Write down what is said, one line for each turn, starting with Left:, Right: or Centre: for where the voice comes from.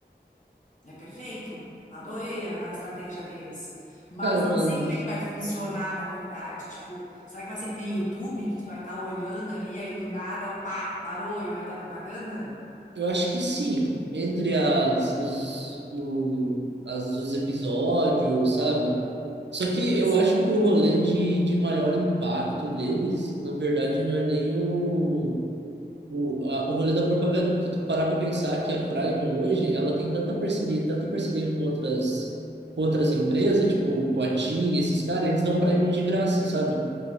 Left: É perfeito. Adorei a, a estratégia deles. Mas
Right: Cara,
Left: não
Right: mas
Left: sei como é que vai funcionar, na verdade. Tipo, será que vai ser que nem YouTube, que tu vai estar olhando ali, aí do nada, pá, parou e vai dar propaganda?
Right: eu acho que sim. Entre as, os, o, as, os episódios, sabe? Só que eu
Left: Sim.
Right: acho que o rolê de, de maior impacto deles, na verdade, não é nem o, o, a, o rolê da propaganda, porque tu parar para pensar que a Prime hoje, ela tem tanta parceria, tanta parceria com outras, com outras empresas, tipo com a TIM, esses caras, eles dão Prime de graça, sabe?